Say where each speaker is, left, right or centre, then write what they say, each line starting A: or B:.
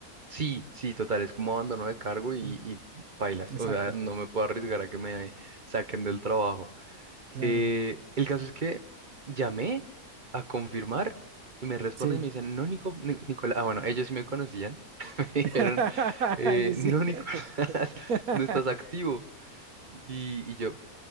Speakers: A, on the right; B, on the right.
A: Sí, sí, total, es como abandono de cargo y,
B: <clears throat>
A: y pailas,
B: Exacto,
A: o sea, no me puedo arriesgar a que me saquen del trabajo.
B: claro.
A: Eh, el caso es que llamé a confirmar y me responden
B: Sí.
A: y me dicen, no, Nico, Ni- Nicolás, ah, bueno, ellos sí me conocían, <laughs> me dijeron,
B: <laughs>
A: eh,
B: Yo sí.
A: no, Nicolás, <laughs>
B: <laughs>
A: no estás activo. Y, y yo,